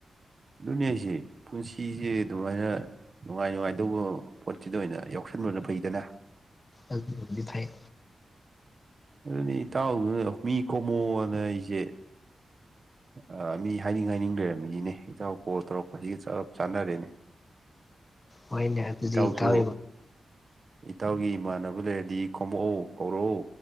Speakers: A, on the right (about 40°); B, on the left (about 25°).
A: ꯑꯗꯨꯅꯦ ꯍꯥꯏꯁꯦ ꯄꯨꯟꯁꯤꯁꯦ ꯑꯗꯨꯃꯥꯏꯅ ꯅꯨꯡꯉꯥꯏ ꯅꯨꯡꯉꯥꯏꯗꯧꯕ ꯄꯣꯠꯁꯤꯗ ꯑꯣꯏꯅ ꯌꯥꯎꯁꯟꯕꯅ ꯐꯩꯗꯅ
B: ꯑꯗꯨꯕꯨꯗꯤ ꯐꯩ
A: ꯑꯗꯨꯅꯤ ꯏꯇꯥꯎꯖꯨ ꯃꯤ ꯈꯣꯝꯃꯣꯛꯑꯣꯅ ꯍꯥꯏꯖꯦ ꯑ ꯃꯤ ꯍꯥꯏꯅꯤꯡ ꯍꯥꯏꯅꯤꯡ ꯂꯩꯔꯝꯃꯤꯅꯤꯅꯦ ꯢꯇꯥꯎ ꯀꯣꯜ ꯇꯧꯔꯛꯄ ꯁꯤꯒ ꯆꯞ ꯆꯥꯟꯅꯔꯦꯅꯦ
B: ꯍꯣꯏꯅꯦ ꯑꯗꯨꯗꯤ
A: ꯏꯇꯥꯎꯁꯨ
B: ꯏꯇꯥꯎ
A: ꯏꯇꯥꯎꯒꯤ ꯏꯃꯥꯟꯅꯕ ꯂꯩꯔꯗꯤ ꯈꯣꯝꯃꯛꯑꯣ ꯍꯧꯔꯛꯑꯣ